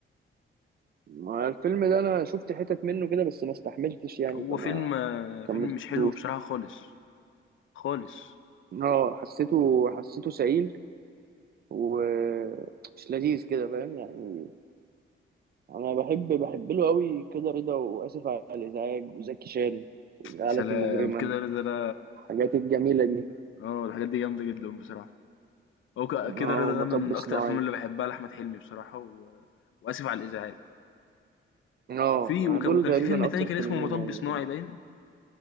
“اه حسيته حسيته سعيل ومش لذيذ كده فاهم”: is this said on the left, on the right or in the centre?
Right